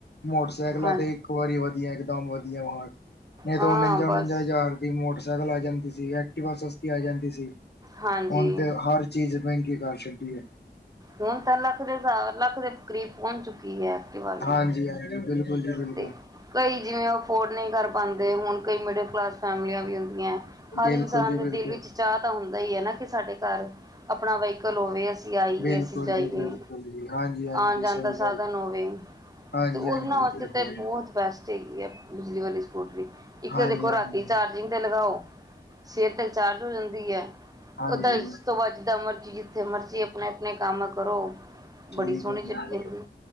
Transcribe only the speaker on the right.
ਹਾਂ
ਹਾਂ
ਬਸ
ਹਾਂਜੀ
ਹੁਣ ਤਾਂ ਲੱਖ ਦੇ ਹਜ਼ਾਰ ਲੱਖ ਦੇ ਕਰੀਬ ਪਹੁੰਚ ਚੁੱਕੀ ਹੈ ਐਕਟਿਵਾ ਵੀ
ਤੇ ਕਈ ਜਿਵੇਂ ਉਹ ਅਫੋਰਡ ਨਈ ਕਰ ਪਾਂਦੇ। ਹੁਣ ਕਈ ਮਿਡਲ ਕਲਾਸ ਫੈਮਲੀਆਂ ਵੀ ਹੁੰਦੀਆਂ ਐ। ਹਰ
ਇਨਸਾਨ
ਦੇ
ਦਿਲ ਵਿੱਚ ਚਾਅ ਤਾਂ ਹੁੰਦਾ ਹੀ ਹੈ ਨਾ ਕਿ ਸਾਡੇ ਘਰ ਆਪਣਾ ਵਹੀਕਲ ਹੋਵੇ। ਅਸੀਂ ਆਈਏ,
ਅਸੀਂ ਜਾਈਏ
ਆਣ-ਜਾਣ
ਦਾ
ਸਾਧਨ ਹੋਵੇ।
ਉਹਨਾਂ
ਵਾਸਤੇ ਤੇ ਬਹੁਤ
ਬੈਸਟ ਹੈਗੀ ਹੈ। ਬਿਜਲੀ ਵਾਲੀ ਸਕੂਟਰੀ ਇੱਕ
ਤਾਂ ਦੇਖੋ
ਰਾਤੀ ਚਾਰਜਿੰਗ ਤੇ ਲਗਾਓ। ਸਵੇਰ ਤਕ ਚਾਰਜ ਜਾਂਦੀ ਐ।
ਉਹਦ ਇਸ ਤੋਂ ਬਾਅਦ ਜਿੱਦਾਂ ਮਰਜ਼ੀ ਜਿੱਥੇ ਮਰਜ਼ੀ ਆਪਣੇ, ਆਪਣੇ ਕੰਮ ਕਰੋ।
ਬੜੀ ਸੋਹਣੀ
ਚੱਲੀ ਜਾਂਦੀ